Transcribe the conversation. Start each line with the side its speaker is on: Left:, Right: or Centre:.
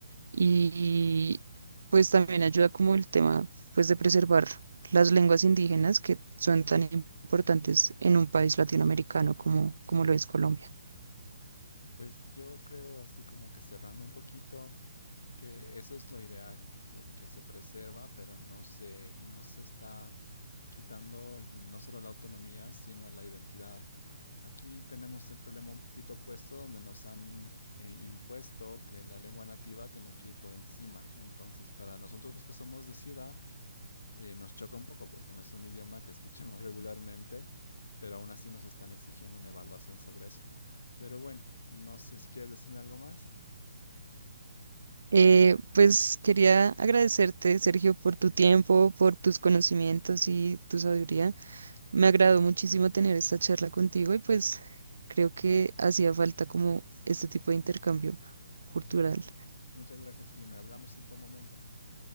Right: y pues también ayuda como el tema pues de preservar las lenguas indígenas que son tan importantes en un país latinoamericano como, como lo es Colombia.
Left: Pues yo creo, así como que cerrando un poquito, que eso es lo ideal, porque se preserva, pero no se, y no se está quitando no solo la autonomía, sino la identidad. Aquí tenemos el problema un poquito opuesto, donde nos han eh, impuesto que la lengua nativa tiene que ir por encima. Entonces, para nosotros los que somos de ciudad, eh, nos choca un poco porque no es un idioma que escuchamos <laughs> regularmente, pero aún así nos están exigiendo una evaluación sobre eso. Pero bueno, no sé si quieres decirme algo más.
Right: Eh, pues quería agradecerte, Sergio, por tu tiempo, por tus conocimientos y tu sabiduría. Me agradó muchísimo tener esta charla contigo y pues creo que hacía falta como este tipo de intercambio cultural.
Left: No, pues, muchas gracias, Jimé. Hablamos en otro momento.